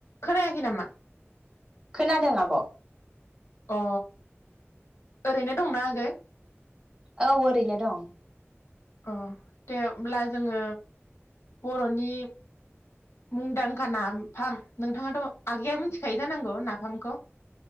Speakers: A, on the left; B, on the right.
A: खोनायाखै नामा?
B: खोनादों आब'।
A: अ ओरैनो दंना आगै
B: औ ओरैनो दं
A: अ दे होमब्ला जोंङो बर'नि मुंदांखा नाफाम नोंथाङाथ' आगैया मिथिखायो जानांगौ नाफामखौ।